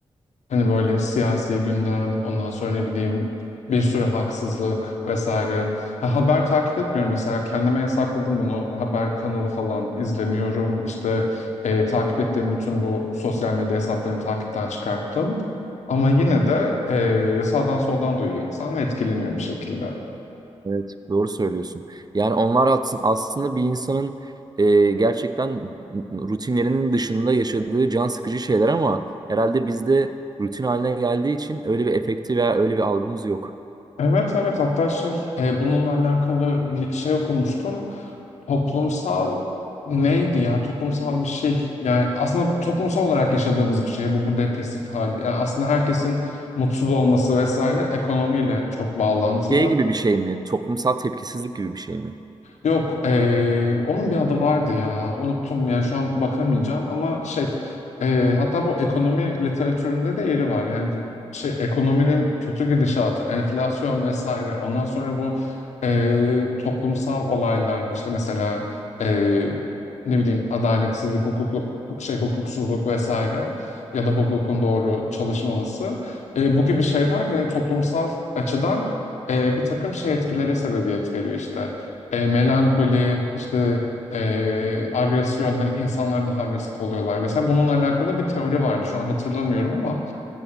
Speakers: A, on the left; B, on the right.
A: Hani böyle siyasi gündem, ondan sonra ne bileyim bir sürü haksızlık vesaire. Ha, haber takip etmiyorum mesela. Kendime yasakladım bunu. Haber kanalı falan izlemiyorum. İşte e, takip ettiğim bütün bu sosyal medya hesaplarını takipten çıkarttım. Ama yine de e, sağdan soldan duyuyor insan ve etkileniyor bir şekilde.
B: Evet. Doğru söylüyorsun. Yani onlar ats- aslında bir insanın e, gerçekten rutinlerinin dışında yaşadığı can sıkıcı şeyler ama herhalde bizde rutin haline geldiği için öyle bir efekti veya öyle bir algımız yok.
A: Evet evet hatta şey e, bununla alakalı bir şey okumuştum. Toplumsal neydi ya toplumsal bir şey yani aslında toplumsal olarak yaşadığımız bir şey bu bu depresif hal. Yani aslında herkesin mutsuz olması vesaire ekonomiyle çok bağlantılı.
B: Şey gibi bir şey mi? Toplumsal tepkisizlik gibi bir şey mi?
A: Yok, eee, onun bir adı vardı ya. Unuttum yani şu an bakamayacağım ama şey eee, hatta bu ekonomi literatüründe de yeri var. Yani şey ekonominin kötü gidişatı, enflasyon vesaire. Ondan sonra bu eee, toplumsal olaylar işte mesela eee, ne bileyim adaletsizlik, hukukluk, şey hukuksuzluk vesaire ya da hukukun doğru çalışmaması. Eee, bu gibi şeyler hani toplumsal açıdan eee, bir takım şey etkilere sebebiyet veriyor işte e, melankoli, işte e, agresyon, hani insanlar daha agresif oluyorlar vesaire. Bununla alakalı bir teori vardı. Şu an hatırlamıyorum ama